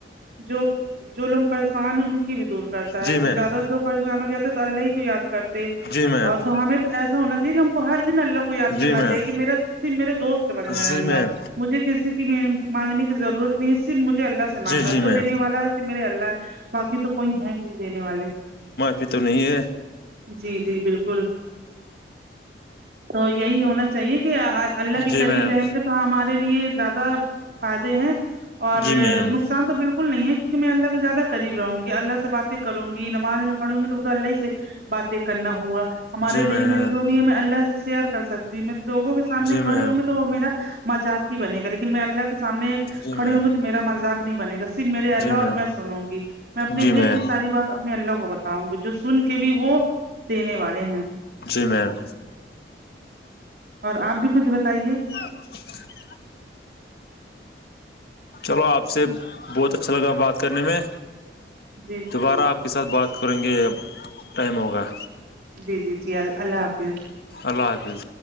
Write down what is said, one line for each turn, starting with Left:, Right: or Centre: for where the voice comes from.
Right: جو جو لوگ پریشان ہیں ان کی دور کرتا
Left: جی
Right: ہے تو
Left: میم
Right: زیادہ جو پریشان ہو جاتے تو اللہ ہی کو یاد کرتے
Left: جی میم
Right: اور تو ہمیں ایسا ہونا جی ہم کو ہر دن اللہ کو یاد
Left: جی
Right: کرنا چاہیے
Left: میم
Right: کہ میرا صف میرے دوست بن جائےیں
Left: جی
Right: اللہ
Left: میم
Right: مجھے کسی کی مانگنے کی ضرورت نہیں صف مجھے اللہ سے مانگنا
Left: جی جی
Right: جو
Left: میم
Right: دینے والا ہے میرے اللہ باقی تو کوئی ہے ہی دینے والے
Left: پھی تو نہیں ہے
Right: جی جی بالکل تو یہی ہونا چاہیے کہ اللہ کے
Left: جی
Right: قریب
Left: میم
Right: رہیں گے تو ہمارے لیے زیادہ فائدے ہیں اور
Left: جی میم
Right: نقصان تو بالکل کل نہیں ہے کیونک میں اللہ کے زیادہ قریب رہوں گی اللہ سے باتیں کروں گی نماز میں پڑوں گی تو ب تو اللہی سے باتیں کرنا ہوگا ہمارے
Left: جی میم
Right: دل میں جو بھی ہے ہم اللہ سے شیئر کر سکتا جی میںوگوں کے سامنے
Left: جی
Right: کڑی
Left: میم
Right: ہوں گی تو وہ میرا مذاق ہی بنے گا لیکن میں اللہ سامنے
Left: جی میم
Right: کھڑے ہوئے تو میرا مذاق نہیں بنے گا ف میرے اللہ
Left: جی میم
Right: اور میں سنوں گی میں اپنی
Left: جی میم
Right: دل کی ساری بات اپنے اللہ کو بتاؤں گی جو سن کے بھی وہ دینے والے ہیں
Left: جی میم
Right: اور آپ بھی کچھ بتائیے
Left: <inaudible> چلو آپ سے بہت اچھا لگا بات کرنے میں
Right: جی جی
Left: دوبارہ
Right: جی
Left: آپ کے ساتھ بات کریں گے ٹائم ہوگا
Right: جی جی جی ال اللہ حافظ
Left: اللہ حافظ